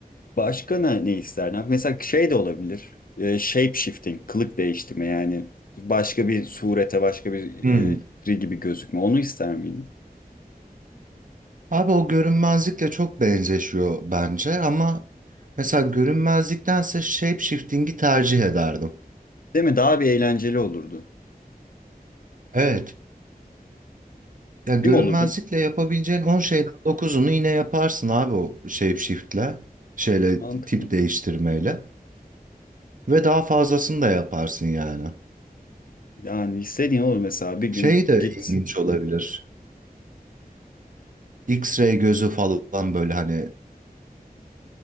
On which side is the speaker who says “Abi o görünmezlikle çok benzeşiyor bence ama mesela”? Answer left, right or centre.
Right